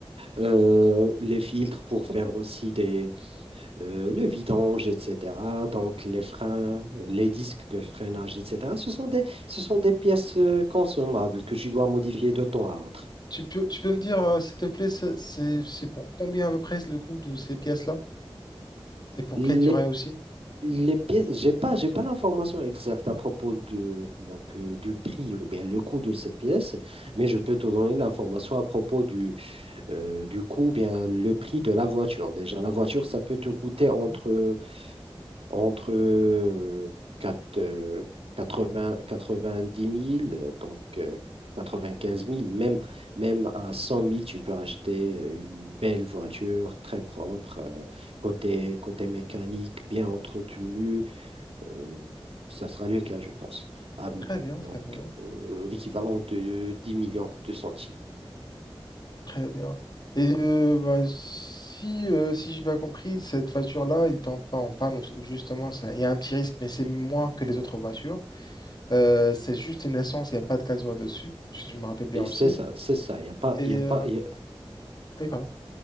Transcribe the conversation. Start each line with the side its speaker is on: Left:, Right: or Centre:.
Right: euh, les filtres pour faire aussi des, euh, le vidange, etc. Donc les freins, euh, les disques de freinage, etc. Ce sont des, ce sont des pièces euh, consommables que tu dois modifier de temps à autre.
Left: Tu peux, tu peux me dire, euh, s'il te plaît, c'est c'est- c'est pour combien à peu près le coût de ces pièces-là? Et pour
Right: Les,
Left: quelle durée aussi?
Right: les pièces, j'ai pas, j'ai pas l'information exacte à propos de, donc, euh, du prix ou bien le coût de ces pièces, mais je peux te donner l'information à propos du, euh, du coût, bien le prix de la voiture. Déjà, la voiture, ça peut te coûter
Left: Mhm.
Right: entre entre euh, quatre- euh, quatre quatre-vingt-dix mille euh, donc euh, quinze mille même, même à cent mille tu peux acheter euh, une belle voiture très propre, euh, côté, côté mécanique, bien entretenue. euh, ça sera le cas, je pense. Ah, m-
Left: Très bien, très
Right: donc,
Left: bien,
Right: euh, l'équivalent de 10 millions de centimes.
Left: très bien. Et euh, bah, si, euh, si j'ai pas compris, cette voiture-là, il tombe pas en panne, ou- justement, ça- il y a un petit risque, mais c'est moins que les autres voitures. Euh, c'est juste une essence, il n'y a pas de gasoil dessus, si je me rappelle bien
Right: Et
Left: aussi.
Right: c'est ça, c'est ça. Il n'y a pas,
Left: Et
Right: il y a pas,
Left: euh,
Right: il
Left: Oui, pardon.